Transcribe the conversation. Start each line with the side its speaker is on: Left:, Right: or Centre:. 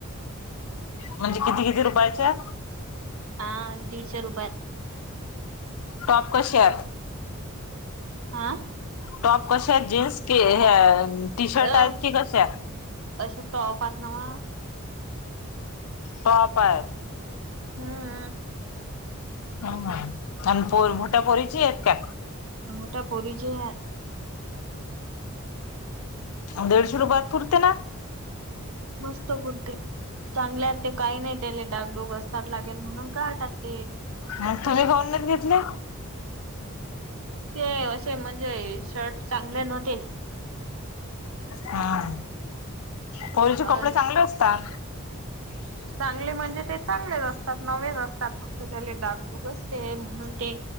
Left: म्हणजे किती -किती रुपयाच्या
Right: हा.. दीडशे रुपयात
Left: टॉप कसे आहेत?
Right: हा
Left: टॉप कसे आहेत जीन्स की.. हे.. टी शर्ट
Right: अ
Left: आहेत की कशा?
Right: असे टॉप हायत नव्ह
Left: टॉप आहेत.
Right: हम्म
Left: हु... अ.. अन् पोर.. मोठ्या पोरीचे आहेत का?
Right: मोठ्या पोरीचे
Left: दीडशे रुपयात पुरते ना?
Right: मस्त पुरते चांगले आहेत ते काही नाही त्याले डागडूग असतात, लागेल म्हणून काड टाकते.
Left: मग तुम्ही का ऑनलाईन घेतले?
Right: ते.. असे म्हणजे य.. शर्ट चांगले नव्हते.
Left: हा.. पोरीचे
Right: अ
Left: कपडे चांगले असतात.
Right: चांगले म्हणजे ते चांगलेच असतात, नवी असतात फक् त्याले डाग -डुग असते म्हणून ते.